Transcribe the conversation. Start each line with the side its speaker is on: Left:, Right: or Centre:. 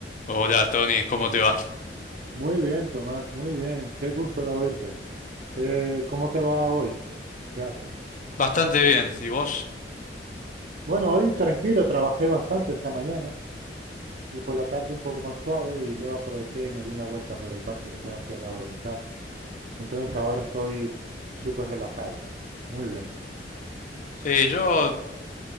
Left: Hola Tony, ¿cómo te va?
Right: Muy bien, Tomás, muy bien. Qué gusto de oírte. ¿Qué, cómo te va hoy? ¿Qué haces?
Left: Bastante bien, ¿y vos?
Right: Bueno, hoy tranquilo, trabajé bastante esta mañana y por la tarde un poco más suave y luego aproveché y me di una vuelta por el parque que tengo aquí al lado de mi casa. Entonces ahora estoy súper relajado. Muy bien.
Left: Sí, yo